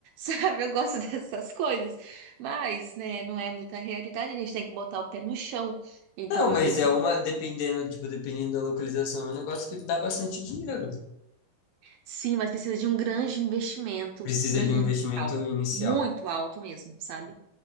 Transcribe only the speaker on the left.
Não, mas
é uma, dependendo, tipo, dependendo da localização, é um negócio que dá bastante dinheiro.
Precisa
de
um investimento inicial.